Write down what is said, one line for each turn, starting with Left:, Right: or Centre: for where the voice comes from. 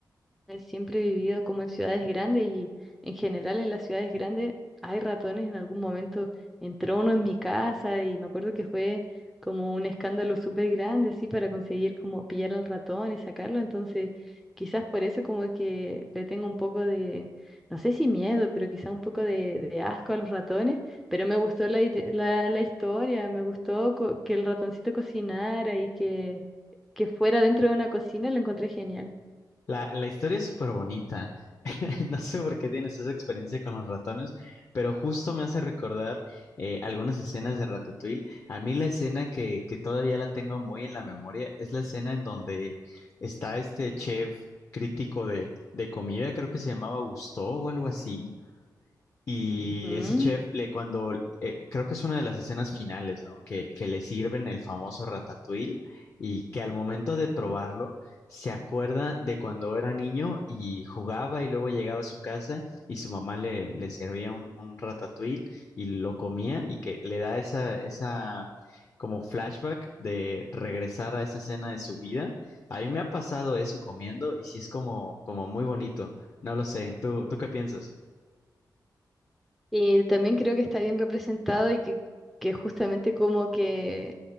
Centre: Siempre he vivido como en ciudades grandes y en general en las ciudades grandes hay ratones. En algún momento entró uno en mi casa y me acuerdo que fue como un escándalo súper grande, sí, para conseguir como pillar al ratón y sacarlo. Entonces, quizás por eso como que le tengo un poco de, no sé si miedo, pero quizás un poco de, de asco a los ratones. Pero me gustó la, ide- la, la historia, me gustó co- que el ratoncito cocinara y que, que fuera dentro de una cocina, lo encontré genial.
Left: La, la historia es súper bonita. <laughs> No sé por qué tienes esa experiencia con los ratones, pero justo me hace recordar eh, algunas escenas de Ratatouille. A mí la escena que, que todavía la tengo muy en la memoria es la escena en donde está este chef crítico de, de comida, creo que se llamaba Gusteau o algo así, y
Centre: Ujú.
Left: ese chef, le, cuando eh, creo que es una de las escenas finales, ¿no? Que, que le sirven el famoso ratatouille y que al momento de probarlo
Centre: Ujú.
Left: se acuerda de cuando era niño y jugaba y luego llegaba a su casa y su mamá le, le servía un, un ratatouille y lo comía y que le da esa, esa como flashback de regresar a esa escena de su vida. A mí me ha pasado eso comiendo y sí es como, como muy bonito. No lo sé. ¿Tú, tú qué piensas?
Centre: Y también creo que está bien representado y que, que justamente como que,